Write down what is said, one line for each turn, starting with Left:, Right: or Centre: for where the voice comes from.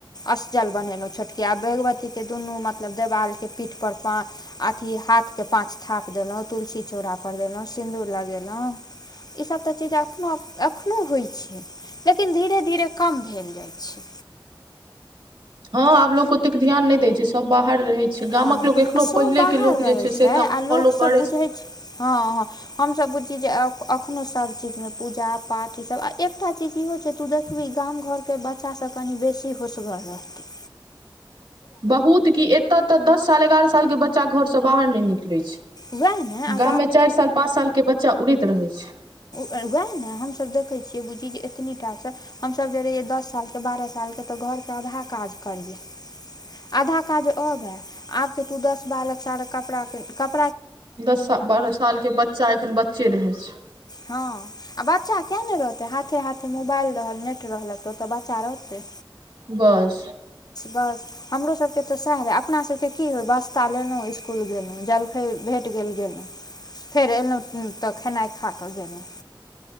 Left: अष्टजल बनेलौ छोटकी भगवती के दुनू मतलब देवाल के पीठ पर पाच अथी हाथ के पाँच थाप देलहुँ तुलसी चौराापर देलहुँ सिन्दूर लगेलहुँ ई सब तऽ चीज अखनो अखनो होइ छै लेकिन धीरे धीरे कम भेल जायए छै अच्छा
Right: हँ आब लोग ओतेक ध्यान नहि देय छै सब बाहर रहे छै
Left: हँ
Right: गामक लोक एखनो
Left: आ सभ
Right: पहिलेके
Left: बाहर
Right: लोक
Left: रहै
Right: जे
Left: छै
Right: से तऽ
Left: आ लोक
Right: फॉलो
Left: सब
Right: करै
Left: बुझै छै हँ हँ हम सभ चीज अखनो सब चीज में पूजा पाठ ई सब एकटा चीज इहो छै तू देखबई गाम घर में के बच्चा सभ कनि बेसी होसगर रहतै
Right: बहुत कि एतय तऽ दस साल ग्यारह साल के बच्चा घरसँ बाहर नहि निकलैत छै
Left: उएह ने आ
Right: गाम में चारि साल पाँच साल के बच्चा उड़ैत रहै छै
Left: वएहा ने हमसब देखे छियै बुझी एतनी टा से हमस जे रहहिय दस साल के बारह साल के हम सब तऽ घर के आधा काज करियै आधा काज अबै आब के तू दस बालक सार कपड़ाक
Right: दस बारह साल के बच्चा एखन बच्चे रहै छै
Left: हाँ आ बच्चा किए नहि रहतै हाथे हाथे मोबाइल रहल नेट रहलक तऽ ओतऽ बच्चा रहतै
Right: बस
Left: बस हमरो सबके तऽ सएह रहे अपना सबके की होय बास्ता लेलहु स्कुल गेलहुँ जलखै भेट गेल गेलहुँ फेर एलौ तऽ खेनाइ खा कऽ गेलहु